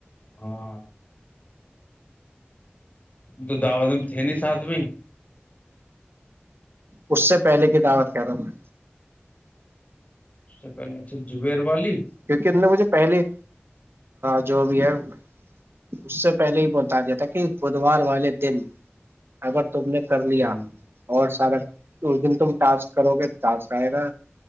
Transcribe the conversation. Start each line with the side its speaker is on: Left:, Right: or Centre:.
Left: ہاں تو دعوت میں تھے نہیں ساتھ میں ہی
Right: اس سے پہلے کی دعوت کہہ رہا ہوں میں
Left: سب سے پہلے اچھا جبیر والی
Right: کیونکہ ان نے مجھے پہلے جو بھی ہے اس سے پہلے ہی بولتا دیا تھا کہ بدوار والے دن اگر تم نے کر لیا
Left: ہ
Right: اور سارا اس دن تم ٹاسک کرو گے ٹاسک آئے گا